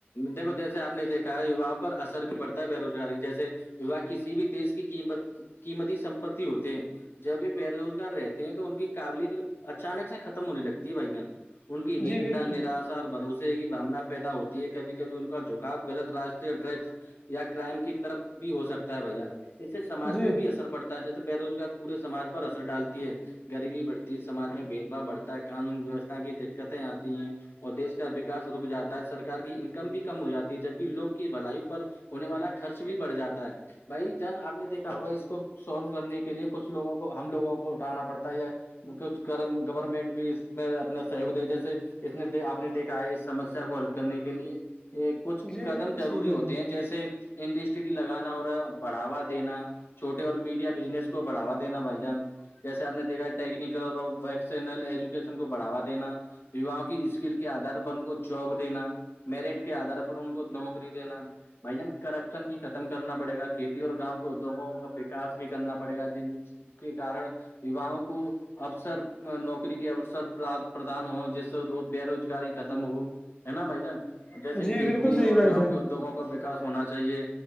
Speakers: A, on the left; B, on the left.
A: دیکھو جیسے آپ نے دیکھا ہے یواؤں پر اثر بھی پڑتا ہے بے روزگاری جیسے و کسی بھی دیش کی قمت قیمتی سمپتی ہوتے ہیں جب بھی بے روزگار رہتے ہیں تو ان کی قابلیت اچانک سے ختم ہونے لگتی ہے بھائی جان ان کی
B: جی
A: ہینتا
B: بالکل
A: نراشا اور بھروسے کی بھامنا پیدا ہوتی ہے کبھی کبھی ان کا جھکاؤ غلط راستے اور ٹریکس یا کرائم کی طرف بھی ہو سکتا ہے بھائی جان اس سے سمج
B: جی
A: میں بھی اثر پڑتا جیسے بے روزگار پورے سماج پر اثر ڈالتی ہے غریبی بڑھتی سماج میں بھید با بڑھتا ہے قانون ویوستھا کی دقتیں آتی ہیں اور دیش کا اس رک جاتا ہے سرار کی انکم بھی کم ہو جاتی ہے جبکہ لوگ کی بلائیوں پر ہونے والا خرچ بھی بڑھ جاتا ہے بھائی جان آپ نے دیکھا ہوگا اس کو سولو کرنے کے لیے کچھ لوگوں کو ہم لوگوں کو اٹھانا پڑتا ہے یا کچھ گورنمنٹ بھی اس میں اپنا سہیوگ دے جیسے اس نے آپ نے دیکھا ہے اس سمسیا کو حل کرنے کے لیے یہ کچھ
B: جی
A: قدم
B: بالکل
A: ضروری
B: صحیح بھائی
A: ہوتے
B: جان
A: ہیں جیسے انڈسٹری لگانا اور بڑھاوا دینا چھوٹے اور میڈیا بزنس کو بڑھوا دینا بھائی جان جیسے آپ نے دیکھا ٹیکنیکل اور ویکشنل ایجوکیشن کو بڑھوا دینا یواں کی اسکل کے آدھار پر ان کو جاب دینا میرٹ کے آدار پر ان کو نوکری دینا بھائی جان کرپشن بھی ختم کرنا پڑے گا کھیتی اور گاام کے ادیوگوں کا وکاس بھی کرنا پڑے گا جن کے کن یوؤوں کو اوسر نوکری کے اوسر پردان ہو جیس سے بے روزگاری ختم ہو ہے نا بھائی جان جیسے
B: جی
A: کھیتی
B: بالکل صحیح
A: اور
B: بھائی
A: گاؤں
B: جان
A: کے ادیوگوں کا وکاس ہونا چاہیے